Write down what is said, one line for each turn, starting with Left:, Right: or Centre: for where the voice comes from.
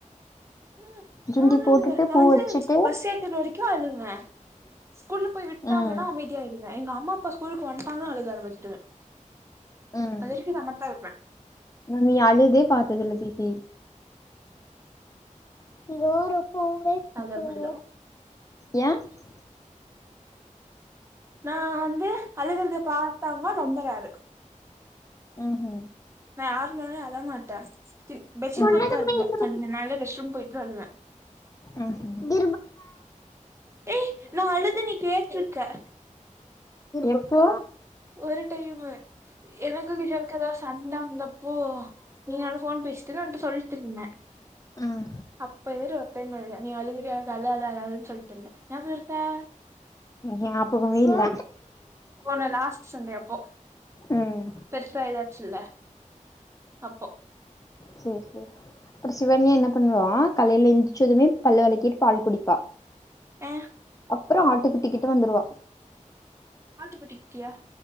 Right: ஆ
Left: சுண்டி
Right: நானு
Left: போட்டுட்டு
Right: அழுவ நா
Left: பூ
Right: வந்து
Left: வச்சுட்டு
Right: பஸ் ஏத்தி விட்ற வரைக்கும் க்கும் அழுவ ஸ்கூல்ல போய் விட்டாங்கன்னா
Left: ம்
Right: அமைதியா ஆயிடு எங்க அம்மா அப்பா ஸ்கூலுக்கு வந்துட்டாங்கன்னா அழுக ஆரம்பிச்சிருவ
Left: ம்
Right: அது வரைக்கும் சமத்தா இருப்ப
Left: நா நீ அழுதே பாத்ததில்ல ஸ்வீட்டி ஏய
Right: அது அப்டிதா நா வந்து அழுகுறத பார்த்தாகங்கனா நம்பராரு
Left: ம் ம்
Right: நா யாரு முன்னாடியு அழ மாட்ட சிரி பெட்ஷீட்
Left: ம்ஹூம்
Right: போட்டு தா அழுவ <unintelligible> நான்ல்லா ரெஸ்ட் ரூம் போயிட்டு தா அழுவ
Left: ம் ம்
Right: ஏ நா அழுது நீ கேட்ருக்க
Left: எப்போ
Right: ஒரு டைமு எனக்கு கிஷோருக்கு எதோ ஒரு சண்ட வந்தப்போ நீயு நானு ஃபோன் பேசிட்ருந்தோ உன்ட்ட சொல்ட்ருந்தே
Left: ம்
Right: அப்ப இது மாரி ஒரு டைம் அழுத நீ அழுகிறியா அழாதே அழாதேனு சொல்ட்ருந்தே ஞாபகோ இருக்கா
Left: ஞாபகமே இல்ல
Right: போன லாஸ்ட் சண்டே அப்போ
Left: ம்
Right: பெருசா இதாச்சில்லே அப்போ
Left: சேர் சேர் அப்றோ சிவன்யா என்ன பண்ணுவா காலைல எழுந்திச்சதுமே பல்லு வெளக்கிட் பால் குடிப்பா
Right: அ
Left: அப்றோ ஆட்டு குட்டிகிட்டு வந்துருவா
Right: ஆட்டுக்குட்டிக்ட்டியா